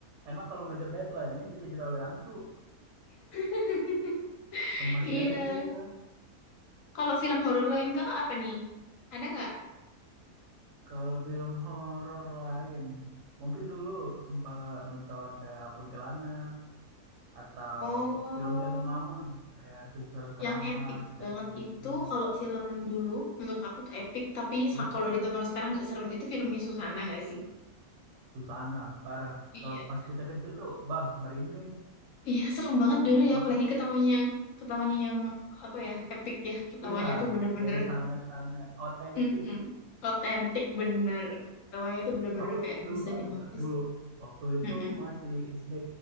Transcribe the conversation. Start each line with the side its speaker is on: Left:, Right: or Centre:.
Right: Enak kalau ngejar deadline. Ini dikejar oleh hantu.
Left: <laughs>
Right: Cemasnya
Left: Iya.
Right: itu gitu.
Left: Kalau film horor lain kakak apa nih? Ada nggak?
Right: Kalau film horor lain. Mungkin dulu sempat nonton kayak Kuntilanak. atau
Left: Oh,
Right: film-film lama kayak Suster Keramas
Left: yang epic
Right: dan
Left: banget
Right: semacamnya
Left: itu kalau film dulu menurut aku tuh epic, tapi
Right: ya
Left: sa- kalau ditonton sekarang nggak serem itu filmnya Susana nggak sih?
Right: Susana parah
Left: Iya.
Right: kalau pas kita kecil tuh bah merinding
Left: Iya, serem banget
Right: percuma
Left: dulu ya, apalagi
Right: banget
Left: ketawanya yang ketawanya yang apa ya, epic ya. Ketawanya
Right: iya
Left: tuh bener-bener
Right: yang sangat-sangat otentik
Left: mm-mm, otentik bener. Ketawanya
Right: <laughs>
Left: tuh bener-bener
Right: aku
Left: kayak
Right: inget dulu
Left: bisa
Right: banget
Left: dinotis.
Right: gak dulu waktu itu
Left: Mm-mm.
Right: masih SD